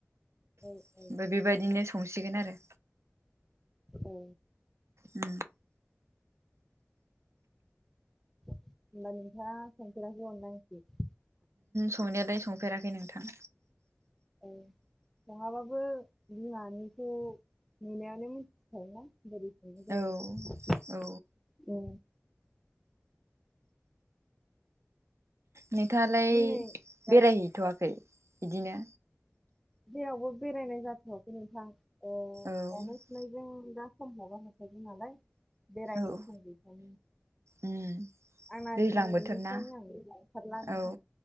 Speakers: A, in the centre; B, on the right.
A: औ
B: ओमफफ्राय
A: औ
B: बेबायदिनो संसिगोन आरो
A: औ
B: उ
A: होमबा नोंथाङा संफेराखोइ अरनला ओंखिरोइ
B: संनायालाय संफेराखै नोंथां
A: औ संआबाबो बिमानिखौ नुनायावनो मिथिखायो ना बोरै संनाय जायो।
B: औ औ
A: ओ
B: नोंथाङालाय
A: दिनै दाय-
B: बेरायहैथ'वाखै बिदिनो
A: जेरावबो बेरायनाय जाथ'खै नोंथां ओ
B: औ
A: गानाय फुनायजों दा सम खौनो मोनथारानालाय बेरायनो
B: औ
A: सम गैथवा
B: उम
A: आंना
B: दैज्लां
A: दिनैनिफ्रायनो
B: बोथोर ना
A: आं लांंखारला नोंथां
B: औ